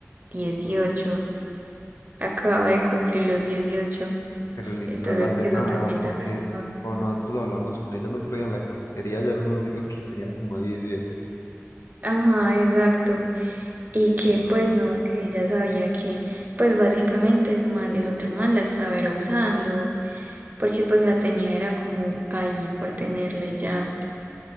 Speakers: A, on the right; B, on the left.
A: 18. Acaba de cumplir los dieciocho
B: pero literal
A: Entonces
B: hace
A: eso
B: nada,
A: también
B: porque
A: la rayaba.
B: cuando nosotros hablamos con ella el otro día en la cafetería, ya no nos dijo que tenía como diecisiete
A: Ajá, exacto. Y que
B: Y no,
A: pues no, que ella sabía que pues básicamente el man, el otro man la estaba era usando, porque pues la tenía era como ahí por tenerla y ya.